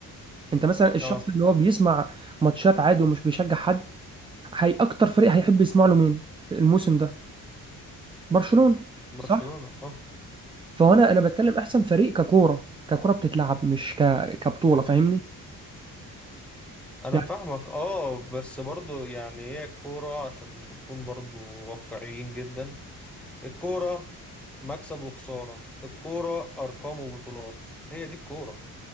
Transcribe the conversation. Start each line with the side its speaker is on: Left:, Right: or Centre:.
Right: انت مثلا الشخص
Centre: اه
Right: اللي هو بيسمع ماتشات عادي ومش بيشجع حد هي اكتر فريق هيحب يسمع له مين الموسم ده برشلونه
Centre: برشلونة
Right: صح
Centre: اه
Right: فهنا انا بتكلم احسن فريق ككوره ككوره بتتلعب مش ك... كبطوله فاهمني
Centre: انا
Right: يعني
Centre: فاهمك اه بس برضو يعني هي الكورة عشان نكون برضو واقعيين جدا الكورة مكسب وخسارة الكورة ارقام وبطولات هي دي الكورة